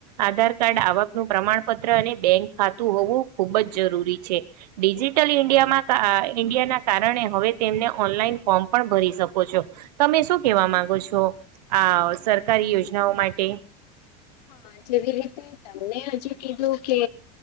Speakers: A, on the right; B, on the left.
A: આધાર કાર્ડ આવકનું પ્રમાણપત્ર અને બેંક ખાતું હોવું. ખૂબ જ જરૂરી છે ડિજિટલ ઇન્ડિયામાં ઇન્ડિયા ના કારણે હવે તેમને ઓનલાઈન ફોર્મ પણ ભરી શકો છો. તમે શું કેવા માંગો છો આ સરકારી યોજનાઓ માટે. હ
B: હા જેવી રીતે તમને હજુ કીધું કે